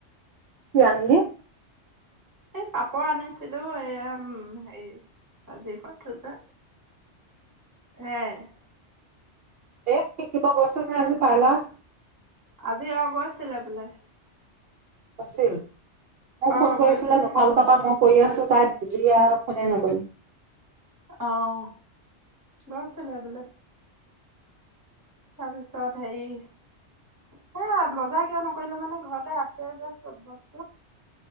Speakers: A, on the right; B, on the right.
A: কি অনিলি <unintelligible>
B: এই পাপৰ আনিছিলো, এইয়াম হেৰি আজিৰ পৰা থোজা, কৰে সেইয়ায়।
A: এই সিকিতা বস্তু আজি অলপ । <unintelligible>
B: আজি আৰু গৈছিলে বোলে ।
A: আছিল । মোক
B: অ
A: ফোন কৰিছিলে
B: গৈছিলো
A: নুঠালো, তাপা মই কৰি আছো তাত জীয়া অসমীয়া নাজানে <unintelligible>
B: অহ গৈচিলে বোলে । <unintelligible> তালেছ <unintelligible> তাৰিছত হেৰি, সেয়া বজাৰ কিয় নকৰিলো মানে ঘৰতে আছে যে চব বস্তু । <unintelligible>